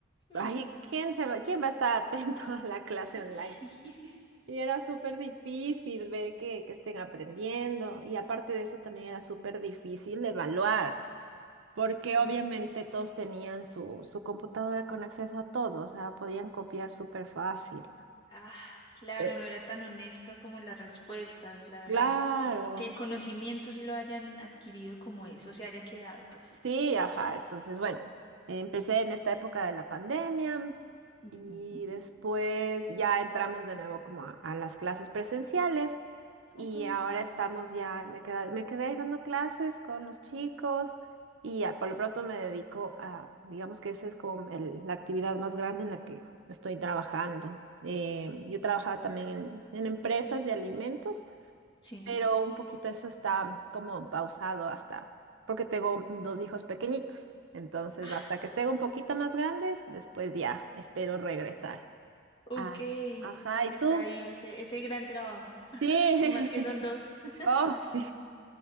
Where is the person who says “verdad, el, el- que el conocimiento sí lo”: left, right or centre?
Left